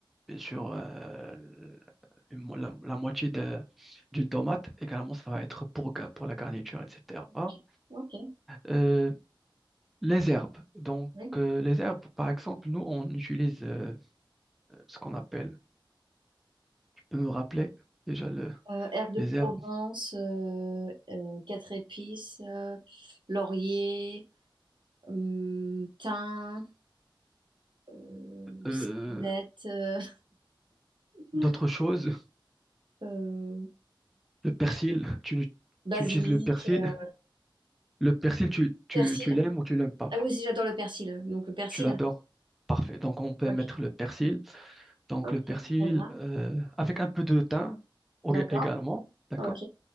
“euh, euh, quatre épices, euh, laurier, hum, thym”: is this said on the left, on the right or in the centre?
Right